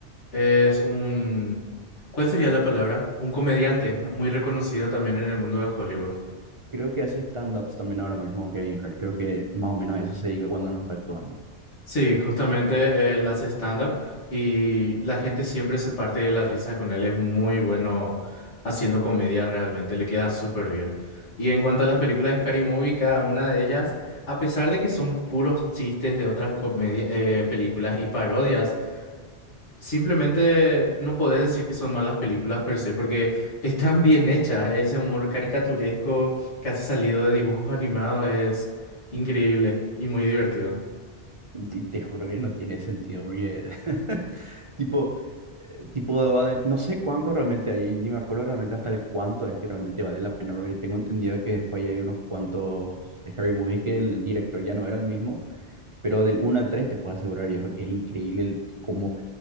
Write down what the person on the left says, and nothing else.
es un... ¿Cuál sería la palabra? Un comediante muy reconocido también en el mundo de Hollywood.
Sí, justamente él hace stand-up y la gente siempre se parte de la risa con él. Es muy bueno haciendo comedia realmente, le queda súper bien. Y en cuanto a las películas de Scary Movie, cada una de ellas, a pesar de que son puros chistes de otras comedia- eh, películas y parodias, simplemente no podés decir que son malas películas per se, porque están bien hechas. Ese humor caricaturesco, casi salido de dibujos animados, es increíble y muy divertido.